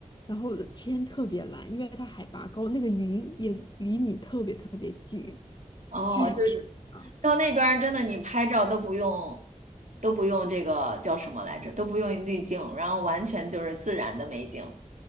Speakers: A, on the left; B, on the right.
A: 然后天特别蓝，因为它海拔高，那个云也离你特别特别近，
B: 哦，
A: 巨漂亮。
B: 就是到那边儿真的你拍照都不用，都不用这个叫什么来着，都不用滤镜，然后完全就是自然的美景。